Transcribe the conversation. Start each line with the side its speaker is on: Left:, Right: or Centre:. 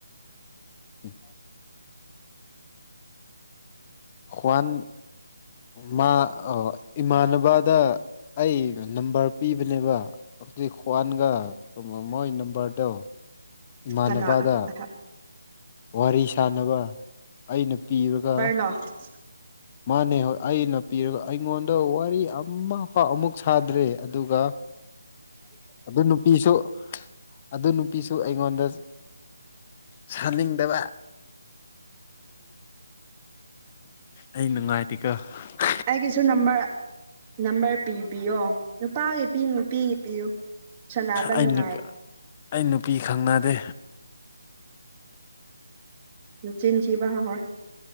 Left: ꯎꯝ ꯍꯟ ꯃꯥ ꯑ ꯏꯃꯥꯟꯅꯕꯗ ꯑꯩ ꯅꯝꯕꯔ ꯄꯤꯕꯅꯦꯕ ꯑꯗꯨꯛ ꯈ꯭ꯋꯥꯟꯒ ꯃꯣꯏ ꯅꯝꯕꯔꯗꯣ ꯏꯃꯥꯟꯅꯕꯗ
Right: ꯁꯅꯥ ꯑ
Left: ꯋꯥꯔꯤ ꯁꯥꯟꯅꯕ ꯑꯩꯅ ꯄꯤꯔꯒ
Right: <inaudible>
Left: ꯃꯥꯅꯦ ꯑꯩꯅ ꯄꯤꯔꯒ ꯑꯩꯉꯣꯟꯗ ꯋꯥꯔꯤ ꯑꯃꯐ ꯑꯃꯨꯛ ꯁꯥꯗ꯭ꯔꯦ ꯑꯗꯨꯒ ꯑꯗꯨ ꯅꯨꯄꯤꯁꯨ ꯑꯗꯨ ꯅꯨꯄꯤꯁꯨ ꯑꯩꯉꯣꯟꯗ ꯁꯥꯅꯤꯡꯗꯕ ꯑꯩ ꯅꯨꯡꯉꯥꯏꯇꯔ ꯇꯀꯥ
Right: ꯑꯩꯒꯤꯁꯨ ꯅꯝꯕꯔ ꯅꯝꯕꯔ ꯄꯤꯕꯤꯌꯣ ꯅꯨꯄꯥꯒꯤ ꯄꯤꯨ ꯅꯨꯄꯤꯒꯤ ꯄꯤꯌꯨ ꯁꯥꯟꯅꯕ ꯅꯨꯡꯉꯥꯏ
Left: ꯑꯩ ꯑꯩ ꯅꯨꯄꯤ ꯈꯪꯅꯗꯦ
Right: ꯅꯆꯤꯟ ꯊꯤꯕ <unintelligible>